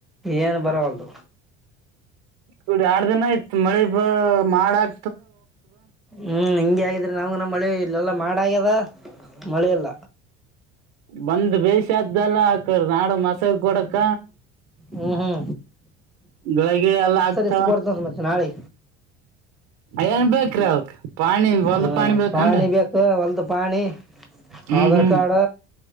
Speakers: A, in the centre; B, on the right.
A: ಏನ್ ಬರವಲ್ದು
B: ಕುಡಿ ಆರ್ ದಿನ ಆಯ್ತ್ ಮಳಿ ಮಾಡಕ್
A: ಹ್ಮ್ ಹಿಂಗಗೆ ಆಗಿದ್ರಿ ನಾವ ನ ಮಳೆ ಇಲ್ಲೆಲ್ಲ ಮಾಡ ಆಗ್ಯದ ಮಳೆ ಎಲ್ಲ
B: ಬಂದ ಬೇಷಾದ್ದಲ್ಲ ಆಕ ನಾಡ ಮಸಾಗ ಕೊಡಕ್ಕ
A: ಹ್ಮ ಹ್ಮ
B: ಗಳಿ ಗಿಳಿ ಎಲ್ಲಾ ಆಗ್ತ
A: ಇಸ್ಕೊಡ್ತಂತ ಮತ್ತೆ ನಾಳೆ
B: ಏನ್ ಬೇಕ್ರ ಅವಕ್ ಪಾಣಿ ಹೊಲ್ದ
A: ಹಾ
B: ಬೇಕನ್ರಿ
A: ಪಾಣಿ ಬೇಕು ಹೊಲ್ದು ಪಾಣಿ
B: ಹ್ಮ್
A: ಆಧಾರ್
B: ಹ್ಮ್
A: ಕಾರ್ಡ್